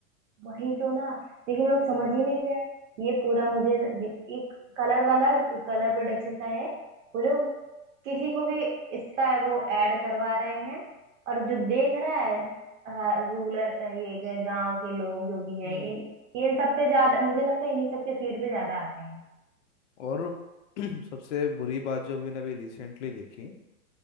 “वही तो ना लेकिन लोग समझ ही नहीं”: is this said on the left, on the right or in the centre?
Right